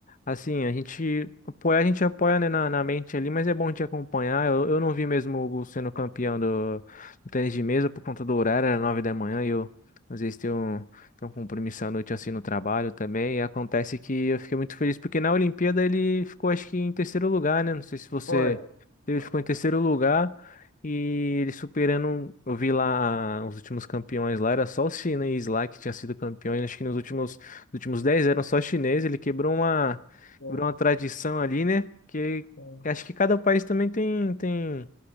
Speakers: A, on the left; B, on the left.
A: assim, a gente apoia, a gente apoia, né, na, na mente ali, mas é bom te acompanhar. Eu, eu não vi mesmo o Hugo sendo campeão do, do tênis de mesa por conta do horário, era nove da manhã, e eu às vezes tenho. Tem um compromisso à noite assim no trabalho também. E acontece que eu fiquei muito feliz porque na Olimpíada ele ficou, acho que, em terceiro lugar, né? Não sei se você.
B: Foi.
A: Ele
B: Foi.
A: ficou em terceiro lugar e ele superando. Eu vi lá ah, os últimos campeões lá, era só os chineses lá que tinham sido campeões. Acho que nos últimos, nos últimos 10 eram só chineses. Ele quebrou uma,
B: Pô,
A: quebrou uma tradição ali, né? Que
B: sim.
A: acho que cada país também tem, tem.